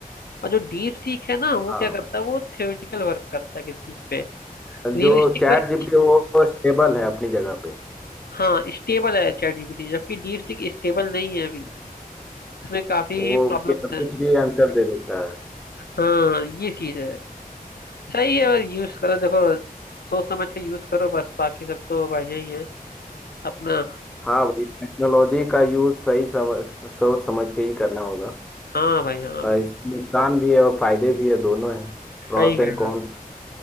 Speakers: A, on the left; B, in the centre.
A: और जो डीप सीख है ना वो
B: हाँ
A: क्या करता
B: भाई।
A: है वो थ्योरेटिकल वर्क करता है किसी चीज पे Realistic
B: जो चैट
A: work
B: जीपीटी वो स्टेबल है अपनी जगह पे
A: हाँ स्टेबल है चैट जीपीटी जबकि डीप सीख स्टेबल नहीं है अभी उसमें काफी
B: वो
A: प्रॉब्लम्स
B: क्या-
A: हैं
B: कुछ भी आंसर दे देता है
A: हाँ ये चीज है सही है बस यूज करो देखो सोच समझ के यूज करो बस बाकी सब तो भाई यही है अपना
B: हाँ भाई टेक्नोलॉजी का यूज़ सही समझ सोच समझ के ही करना होगा
A: हाँ भाई हाँ
B: अ,
A: भाई
B: इसके नुकसान भी है और फायदे भी है दोनों है Pros
A: सही कह
B: and cons
A: रहे-